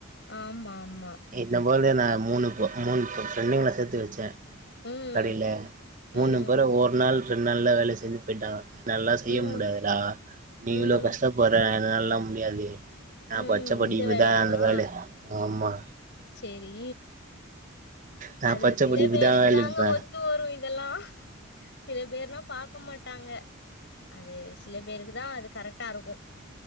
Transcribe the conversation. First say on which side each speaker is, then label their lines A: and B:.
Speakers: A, on the left; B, on the right.
A: ஆமா ஆமா
B: என்ன போல நான் மூணு மூணு ஃப்ரெண்டுங்கள சேத்து வச்சே
A: ம்
B: கடைல மூணு
A: ம்
B: பேரு ஒரு நாள் ரெண்டு நாள்ல வேலை செஞ்சு போயிட்டாங்க என்னாலா செய்ய
A: ம்
B: முடியாதுடா நீ
A: ம்
B: இவ்ளோ கஷ்டப்படுற என்னாலா முடியாது நா
A: ம்
B: படிச்ச படிப்புக்குதா
A: இந்த வேலையவா
B: அந்த வேலை ஆமா
A: சேரி
B: நா
A: அது
B: பச்ச
A: சில
B: படிப்புதா
A: பேருக்கு
B: வேலப்பே
A: தாங்க ஒத்து வரு இதெல்லா சில பேர்லா பாக் க்க மாட்டாங்க அது சில பேருக்கு தா அது கரெக்டா இருக்கு